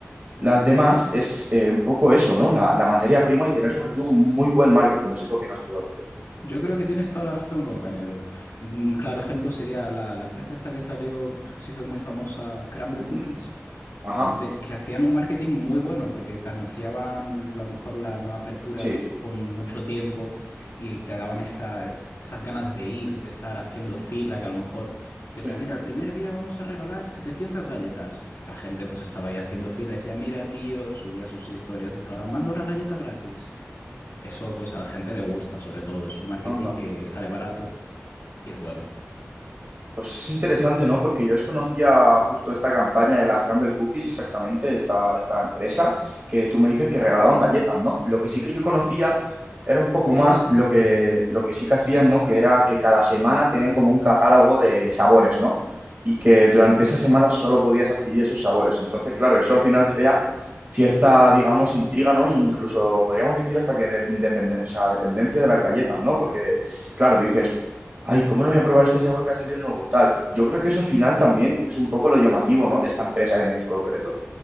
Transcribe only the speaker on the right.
las demás es eh, un poco eso, ¿no? La, la materia prima y tener sobre todo un muy buen marketing. No sé qué opinas tú al respecto.
Ujú.
Ajá.
Sí,
sí.
Anda.
Pues es interesante, ¿no? Porque yo desconocía justo esta campaña de las Crumble Cookies, exactamente, esta, esta empresa, que tú me dices que regalaban galletas, ¿no? Lo que sí que yo conocía era un poco más lo que, lo que sí que hacían, ¿no? Que era que cada semana tenían como un catálogo de sabores, ¿no? Y que durante esa semana solo podías adquirir esos sabores. Entonces, claro, eso al final crea cierta, digamos, intriga, ¿no? Incluso podríamos decir hasta que de- independe- o sea, dependencia de las galletas, ¿no? Porque... Claro, dices, Ay, ¿cómo no voy a probar este sabor que ha salido nuevo? Tal. Yo creo que eso al final también es un poco lo llamativo, ¿no? De esta empresa en el concreto.